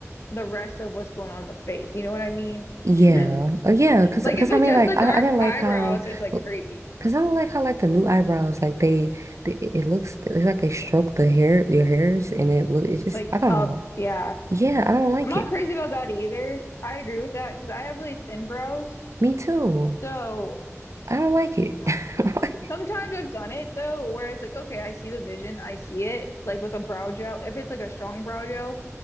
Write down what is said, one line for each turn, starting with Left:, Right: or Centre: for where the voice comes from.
Left: the rest of what's going on in the face. You know what I mean?
Right: Yeah.
Left: <laughs>
Right: Uh, yeah, cuz
Left: Like
Right: cuz
Left: if it's
Right: I mean
Left: just
Right: like
Left: the
Right: I
Left: dark
Right: I didn't like
Left: eyebrows,
Right: how
Left: it's like crazy.
Right: cuz I don't like how like the new eyebrows like they, they it it looks it's like they stroke the hair your hairs and it look it's just
Left: Like
Right: I don't
Left: uh
Right: know.
Left: yeah.
Right: Yeah, I don't like
Left: I'm not
Right: it.
Left: crazy about that either. I agree with that because I have really thin brows.
Right: Me too.
Left: So
Right: I don't like it.
Left: I-
Right: <laughs>
Left: sometimes I've done it though, where it's like, okay, I see the vision, I see it, like with a brow gel, if it's like a strong brow gel.